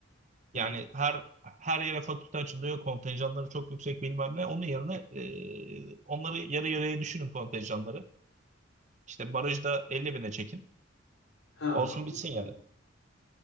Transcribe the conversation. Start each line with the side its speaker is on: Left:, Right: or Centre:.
Left: Hı
Right: Yani
Left: hı.
Right: her her yere fakülte açılıyor, kontenjanları çok yüksek bilmem ne. Onun yerine e, onları yarı yarıya düşünün kontenjanları. İşte barajda 50 bine çekin.
Left: Ha,
Right: Olsun bitsin
Left: anladım.
Right: yani.